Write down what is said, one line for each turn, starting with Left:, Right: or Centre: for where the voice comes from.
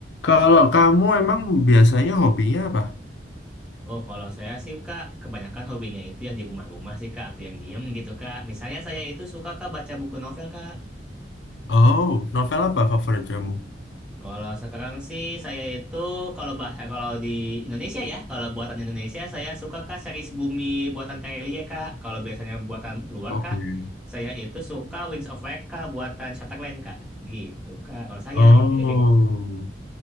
Left: Kalau kamu emang biasanya hobinya apa?
Centre: Oh, kalau saya sih, Kak, kebanyakan hobinya itu yang di rumah-rumah sih, Kak, atau yang diem gitu, Kak. Misalnya saya itu suka, Kak, baca buku novel, Kak.
Left: Oh, novel apa favorit kamu?
Centre: Kalau sekarang sih, saya itu, kalau bahasa, kalau di Indonesia ya, kalau buatan Indonesia, saya suka, Kak, series Bumi buatan Terelie, Kak. Kalau biasanya buatan luar,
Left: Oke.
Centre: Kak, saya itu suka Wings of Fire, Kak, buatan Shatterland, Kak. Gitu, Kak, kalau saya
Left: Oh,
Centre: gitu. <laughs>